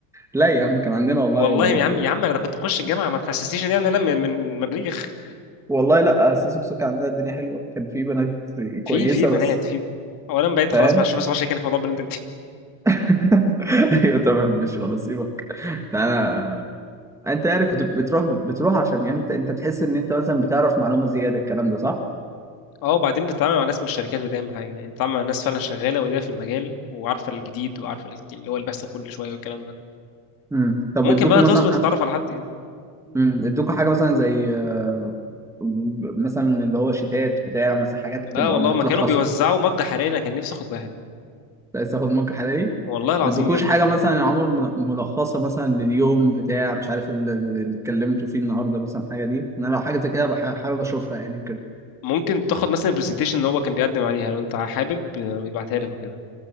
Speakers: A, in the centre; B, on the left (about 40°).
A: لا يا عم كان عندنا والله
B: والله
A: بنات
B: يا
A: كويس
B: عم يا عم انا كنت بخش الجامعة ما تحسسنيش ان انا من من من مريخ
A: والله لا اساس بسكة عندنا الدنيا حلوه كان في بنات كويسه
B: في في بنات
A: بس
B: في اولا بقيت
A: فاهم
B: خلاص معلش بس ما عشان كان في موضوع بنات ده
A: <laughs> ايوه طبعا مش هنصيبك انا انت يعني كنت بتروح بتروح عشان يعني انت انت بتحس ان انت مثلا بتعرف معلومه زياده الكلام ده صح؟
B: اه وبعدين بتتعامل مع ناس من الشركات ودي اهم حاجه يعني بتتعامل مع ناس فعلا شغاله ودي في المجال وعارفه الجديد وعارفه اللي هو اللي بيحصل كل شويه والكلام ده
A: امم طب
B: وممكن
A: ادوكوا
B: بقى
A: مثلا
B: تظبط
A: حاجه
B: تتعرف على حد يعني
A: امم ادوكوا حاجه مثلا زي آه، مثلا اللي هو شيتات بتاع مثلا حاجات
B: لا
A: تبقى
B: والله
A: بتلخص
B: ما كانوا بيوزعوا مج حراري انا كان نفسي اخد واحد
A: عايز تاخد مج حراري
B: والله العظيم
A: ما ادوكوش
B: يا ابني
A: حاجه مثلا يا عمر من- ملخصه مثلا لليوم بتاع مش عارف اللي اللي اتكلمتوا فيه النهارده مثلا حاجه دي ان انا لو حاجه زي كده بح- حابب اشوفها يعني كده
B: ممكن تاخد مثلا البرزنتيشن اللي هو كان بيقدم عليها لو انت حابب آه، يبعتها لك وكده